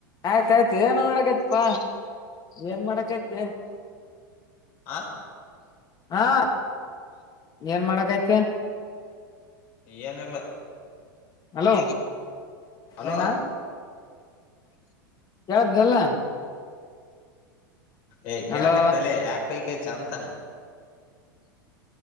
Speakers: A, on the left; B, on the left.
A: ಆಯ್ತ ಆಯ್ತು ನ ಮಾಡಕೈತ್ಪಾ ಏನ್ ಮಾಡಕತಿ
B: ಆ
A: ಹಾ ಏನ್ ಮಾಡಕತಿ
B: ಏನಿಲ್ಲಾ
A: ಹಲೋ
B: ಅಲೋ
A: ಏನಾ ಕೇಳತದಿಲಾ
B: ಏ್ ಕೇಳಕತ್ತದಲೆ
A: ಹಲೋ
B: ಯಾಕ ಹೊಯ್ಕೋತಿ ಸಂಜಿತನಕ